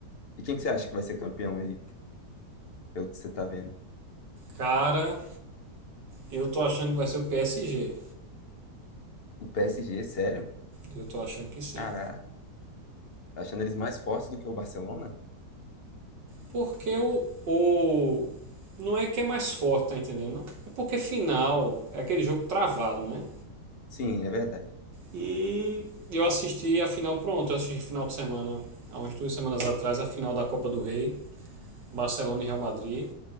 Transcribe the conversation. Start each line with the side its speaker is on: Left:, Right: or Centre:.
Left: E quem que você acha que vai ser campeão aí, pelo que você tá vendo?
Right: Cara, eu tô achando que vai ser o PSG.
Left: O PSG, sério?
Right: Eu tô achando que sim.
Left: Caraca, tá achando eles mais fortes do que o Barcelona?
Right: Porque o, o. Não é que é mais forte, tá entendendo? É porque final é aquele jogo travado, né?
Left: Sim, é verdade.
Right: E eu assisti a final, pronto, eu assisti final de semana, há umas duas semanas atrás, a final da Copa do Rei, Barcelona e Real Madrid.